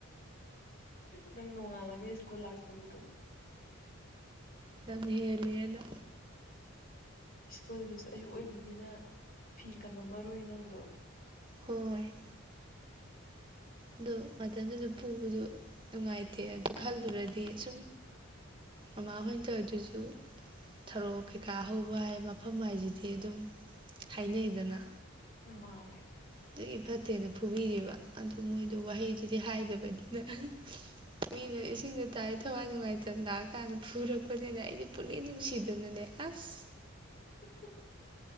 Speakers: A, on the left (about 40°); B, on the right (about 25°).
A: ꯅꯪꯏ ꯅꯣꯡꯉꯥꯜꯂꯒ ꯁ꯭ꯀꯨꯜ ꯂꯥꯛꯇꯕꯗꯣ
B: ꯂꯝ ꯍꯦꯜꯂꯦꯅ
A: ꯁ꯭ꯀꯨꯜꯗꯨꯁꯨ ꯑꯌꯨꯛ ꯑꯣꯏꯕꯅꯤꯅ ꯐꯤ ꯀꯪꯉꯝꯃꯔꯣꯏ ꯅꯪꯗꯣ
B: ꯍꯣꯏ ꯑꯗꯣ ꯃꯇꯝꯗꯨꯗ ꯄꯨꯕꯗ ꯅꯨꯡꯉꯥꯏꯇꯦ ꯑꯗꯨ ꯈꯜꯂꯨꯔꯗꯤ ꯁꯨꯝ ꯃꯃꯥ ꯍꯣꯏꯟ ꯇꯧꯏꯗꯨꯁꯨ ꯊꯔꯣ ꯀꯩꯀꯥ ꯍꯧꯕ ꯍꯥꯏ ꯃꯐꯝ ꯍꯥꯏꯁꯤꯗꯤ ꯑꯗꯨꯝ ꯍꯥꯏꯅꯩꯗꯅ
A: ꯃꯥꯅꯦ
B: ꯑꯗꯨꯒꯤ ꯐꯠꯇꯦꯅ ꯐꯨꯕꯤꯔꯤꯕ ꯑꯗꯨ ꯃꯣꯏꯗꯨ ꯋꯥꯍꯩꯗꯨꯗꯤ ꯍꯥꯏꯗꯕꯅꯤꯅ <unintelligible> ꯃꯤꯅ ꯏꯁꯤꯡꯗꯣ ꯇꯥꯏꯔꯤ ꯊꯋꯥꯏ ꯅꯨꯡꯉꯥꯏ ꯗꯟ ꯂꯥꯛꯑꯀꯥꯟꯗ ꯐꯨꯔꯛꯄꯅꯤꯅ ꯑꯩꯗꯤ ꯄꯨꯛꯅꯤꯡ ꯅꯨꯡꯁꯤꯗꯅꯅꯦ ꯑꯁ
A: <unintelligible>